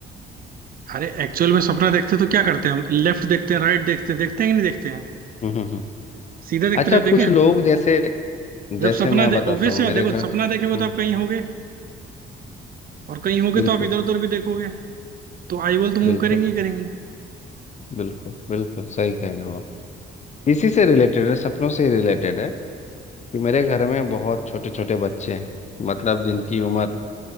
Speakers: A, on the right; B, on the left.
A: अरे एक्चुअल में सपना देखते हैं तो क्या करते हैं हम लेफ्ट देखते हैं राइट देखते हैं देखते हैं कि नहीं देखते हैं
B: हम्म हम्म हम्म।
A: सीधे देखते
B: अच्छा
A: रहते
B: कुछ
A: हैं क्या
B: लोग जैसे
A: जब
B: जैसे
A: सपना
B: मैं बताता
A: दे ऑब्वियस
B: हूँ
A: सी
B: मेरे
A: बात देखो
B: घर हम्म
A: सपना देखेगे तो आप
B: हम्म,
A: कहीं होगे और कहीं होगे
B: बिल्कुल
A: तो आप इधर उधर भी देखोगे तो आई बॉल तो मूव
B: बिल्कुल
A: करेंगे ही करेंगे
B: बिल्कुल बिल्कुल सही कह रहे हो आप इसी से रिलेटेड है सपनों से रिलेटेड है कि मेरे घर में बहुत छोटे छोटे बच्चे हैं मतलब जिनकी उम्र